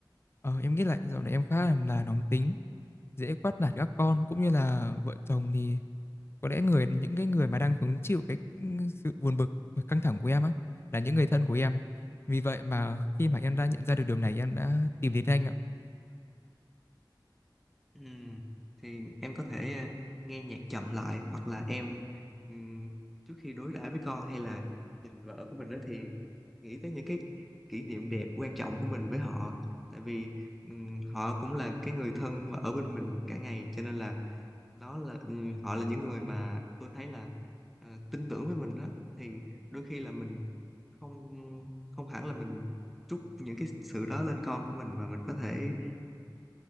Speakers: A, on the left; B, in the centre.
A: Ờ, em nghĩ lại dạo này em khá là, là nóng tính, dễ quát nạt các con cũng như là vợ chồng thì có lẽ người những cái người mà đang hứng chịu cái ừ, sự buồn bực và căng thẳng của em á là những người thân của em. Vì vậy mà khi mà em đã nhận ra được điều này em đã tìm đến anh ạ.
B: Ừm, thì em có thể ờ, nghe nhạc chậm lại hoặc là em ừm, trước khi đối đãi với con hay là nhìn vợ của mình đó thì nghĩ tới những cái kỷ niệm đẹp quan trọng của mình với họ tại vì ừm, họ cũng là cái người thân mà ở bên mình cả ngày cho nên là nó là ừm, họ là những người mà tôi thấy là ờ, tin tưởng với mình đó thì đôi khi là mình không không hẳn là mình trút những cái sự đó lên con của mình mà mình có thể